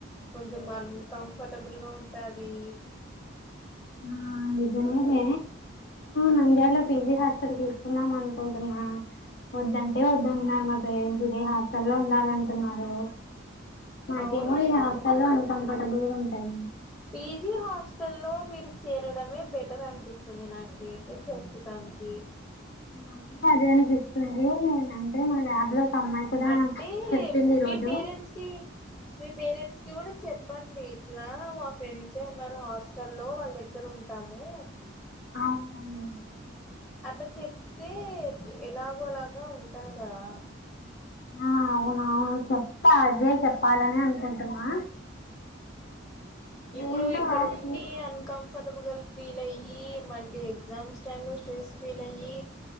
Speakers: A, on the left (about 15°); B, on the left (about 55°).
A: కొంచెం అన్ కంఫర్టబుల్గా ఉంటది
B: ఆ నిజమే
A: ఆ
B: నంద్యలో పిజీ హాస్టల్ తిస్కున్నాం అనుకుంటున్నామ్ వద్దంటే వద్దంటున్నారు మా పేరెంట్స్ ఇదే హాస్టల్లో ఉండాలంటున్నారు మాకేమో
A: అవునులేండి
B: ఈ హస్టల్లో అన్కంఫర్టబుల్గా ఉంటది
A: పీజీ హాస్టల్లో మీరు చేరడమే బెటర్ అనిపిస్తుంది నాకైతే ప్రస్తుతానికి
B: నాకు అదే అనిపిస్తుంది అంటే మా ల్యాబ్లో ఒక అమ్మాయి కూడా
A: అంటే
B: చెప్పింది ఈ
A: మీ
B: రోజు
A: పేరెంట్స్కి మీ పేరెంట్స్ కి కూడా చెప్పండి ఇట్లా మా ఫ్రెండ్స్ ఉంటారు హాస్టలో వాళ్ళ దగ్గర ఉంటాము
B: అవునండి
A: అట్లా చెప్తే ఎలాగోలాగా ఉంటారు కదా
B: ఆ అవునువును చెప్తా అదే చెప్పాలని అనుకుంటున్నా.
A: ఇప్పుడు
B: ఏంటో
A: ఇక్కడ
B: వాళ్ళు
A: ఉండి అన్కం కంఫర్టబుల్గా ఫీల్ అయ్యి మళ్ళీ ఎగ్జామ్స్ టైమ్ లో స్ట్రెస్ ఫీల్ అయ్యి